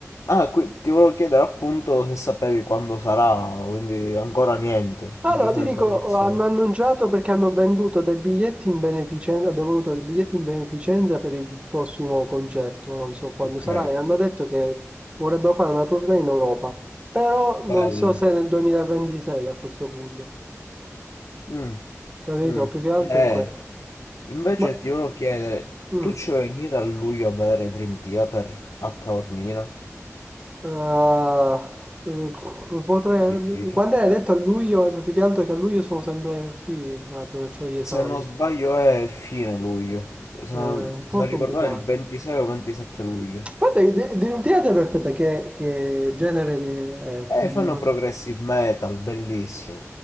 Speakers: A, on the left; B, on the right.
A: Ah, qui ti volevo chiedere appunto se sapevi quando sarà, quindi ancora niente,
B: Allora,
A: non ci sono
B: ti dico,
A: informazioni.
B: oh, hanno annunciato perché hanno venduto dei biglietti in beneficenza, hanno devoluto dei biglietti in beneficenza per il prossimo concerto, non so quando
A: Ok,
B: sarà, e hanno detto che vorrebbero fare una tournée in Europa, però non
A: bello.
B: so se nel 2026 a questo punto,
A: Mm,
B: capito?
A: mm.
B: Più che altro
A: Eh,
B: è quello.
A: invece
B: Ma,
A: ti volevo chiedere,
B: mm,
A: tu ci vuoi venire a luglio a vedere Dream Theater a Taormina?
B: ah, eh, potrei,
A: Difficile.
B: quando hai detto a luglio, eh, più che altro che a luglio sono sempre qui, eh, però ho gli esami,
A: Se non sbaglio è fine luglio, se
B: è
A: non,
B: un po'
A: se non
B: complicato.
A: ricordo male il 26 o 27 luglio.
B: Guarda, che de- Dream Theater, aspetta, che, che genere è? è-
A: Eh,
B: non-
A: fanno progressive metal, bellissimo.